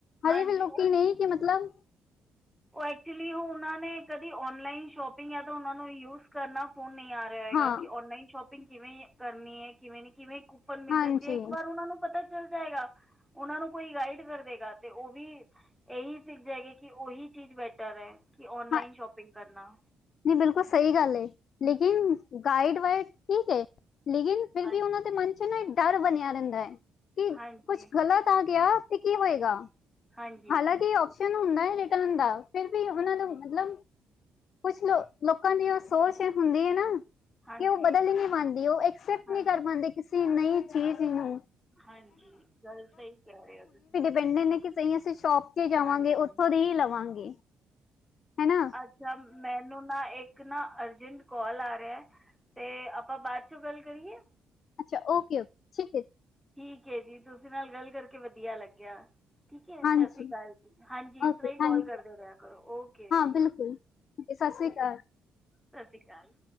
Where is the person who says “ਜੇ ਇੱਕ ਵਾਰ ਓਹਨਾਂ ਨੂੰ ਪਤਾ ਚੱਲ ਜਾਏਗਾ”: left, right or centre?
Centre